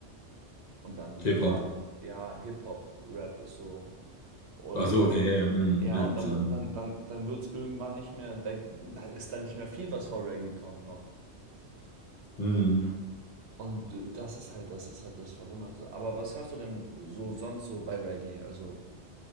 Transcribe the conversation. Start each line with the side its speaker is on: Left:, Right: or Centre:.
Right: und dann
Left: K-Pop.
Right: ein paar, ja, Hip-Hop, Rap ist so. Und
Left: Ach so, okay, ja, ja, mm,
Right: Ja,
Left: ja,
Right: und dann,
Left: stimmt.
Right: mu- dann, dann, dann wird es irgendwann nicht mehr, da, da ist da nicht mehr viel, was vor Reggae kommt noch.
Left: mm.
Right: Und äh, das ist halt, das ist halt das Verwunderte. Aber was hörst du denn so sonst so bei Reggae? Also,